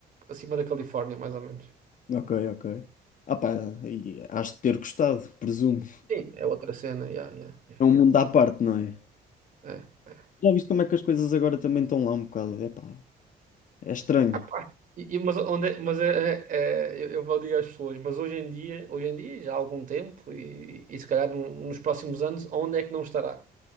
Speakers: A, on the right (about 50°); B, on the left (about 50°).
A: acima da Califórnia, mais ou menos.
B: Ok, ok. Ah pá, e has de ter gostado, presumo.
A: Sim, é outra cena, yeah, yeah, yeah.
B: É um mundo à parte, não é?
A: É.
B: Já viste como é que as coisas agora também estão lá um bocado? Epá, é estranho.
A: Ah, pá. E, e- mas onde, é- mas é, é- é- eu eu vou dizer às pessoas, mas hoje em dia, hoje em dia, já há algum tempo, e, e se calhar num- nos próximos anos, onde é que não estará?